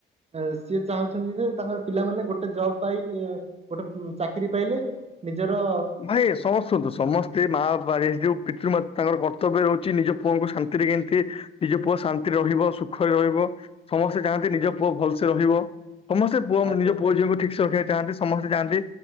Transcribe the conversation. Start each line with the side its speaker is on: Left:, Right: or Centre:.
Right: ଏ ସିଏ ଚାହୁଁଛନ୍ତି ଯେ ତାଙ୍କର ପିଲାମାନେ ଗୋଟେ ଜବ ପାଇଁ ଗୋଟେ ଚାକିରି ପାଇଲେ। ନିଜର
Left: ଭାଇ ସମସ୍ତୁନ୍ତୁ ସମସ୍ତେ ମା ବାପା ଯୋଉ ପିତୃମା ତାଙ୍କର କର୍ତ୍ତବ୍ୟ ରହୁଛି ନିଜ ପୁଅଙ୍କୁ ଶାନ୍ତିରେ କେମିତି ନିଜ ପୁଅ ଶାନ୍ତିରେ ରହିବ ସୁଖରେ ରହିବ ସମସ୍ତେ ଚାହାନ୍ତି ନିଜ ପୁଅ ଭଲସେ ରହିବ। ସମସ୍ତେ ପୁଅ
Right: ଆଜ୍ଞା
Left: ନିଜ ପୁଅ ଝିଅଙ୍କୁ ଠିକସ ରଖିବାକୁ ଚାହାନ୍ତି ସମସ୍ତେ ଚାହାନ୍ତି